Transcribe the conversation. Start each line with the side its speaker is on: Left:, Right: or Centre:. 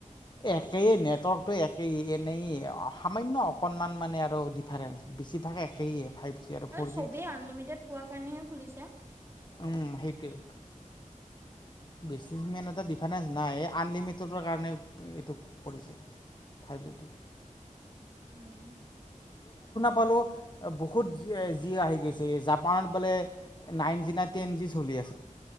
Left: একেইে নেটৱৰ্কটো একেই এনেইে সামান্য অকণমান মানে আৰু ডিফাৰেন্ঞ্চ বেছিভাগ একেই ফাইভ জি ফ'ৰ
Right: আৰু চবেই
Left: জি
Right: আনলিমিটেড পোৱা কাৰণেহে খুলিছে
Left: অ সেইটোৱ বেছি ইমান এটা ডিফাৰেঞ্চ নাই আনলিমিটেডৰ কাৰণে এইটো কৰিছে ফাইভ জিটু
Right: উম
Left: পালো বহুত যি আহি গৈছে জাপানত বোলে নাইন জি না টেন জি চলি